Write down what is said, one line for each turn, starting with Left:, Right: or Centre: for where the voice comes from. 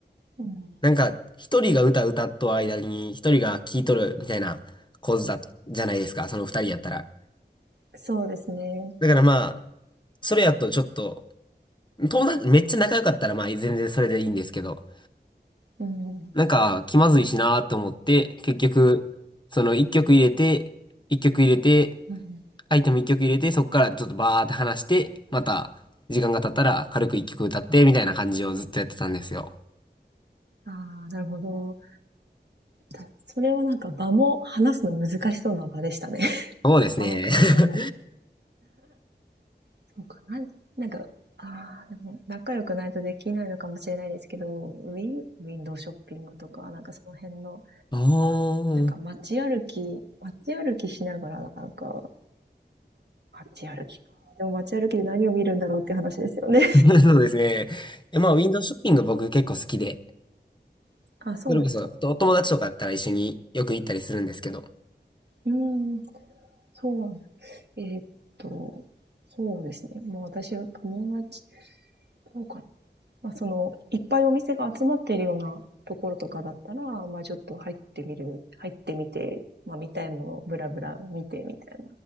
Right: うん、
Left: なんか、一人が歌歌っと間に、一人が聴いとる、みたいな構図だ、じゃないですか、その二人やったら。
Right: そうですね。
Left: だからまあ、それやとちょっと、友達、めっちゃ仲良かったらまあ、全然それでいいんですけど、
Right: うん。
Left: なんか、気まずいしなと思って、結局、その一曲入れて、一曲入れて、
Right: うんうん。
Left: アイテム一曲入れて、そこからちょっとバーって話して、また、時間が経ったら軽く一曲歌って、みたいな感じをずっとやってたんですよ。
Right: ああ、なるほど。たそれはなんか場も話すの難しそうな場でしたね。<laughs>
Left: そうですね。
Right: 場の環境も。
Left: <laughs>
Right: そうかな。なんか、ああ、でも仲良くないとできないのかもしれないですけど、ウィン、ウィンドウショッピングとか、なんかその辺の、
Left: お
Right: なんか街歩き、
Left: ー。
Right: 街歩きしながら、なんか、街歩きか。でも街歩きで何を見るんだろうっていう話ですよね。
Left: <laughs> そうですね。いやまあ、ウィンドウショッピング僕結構好きで、
Right: <laughs> あ、そうなんですか。
Left: それこそ、とお友達とかだったら一緒によく行ったりするんですけど。
Right: うーん、そうなんだえーっと、そうですね。もう私は友達、どうかまあ、その、いっぱいお店が集まっているようなところとかだったら、まあ、ちょっと入ってみる、入ってみて、まあ、見たいものをブラブラ見てみたい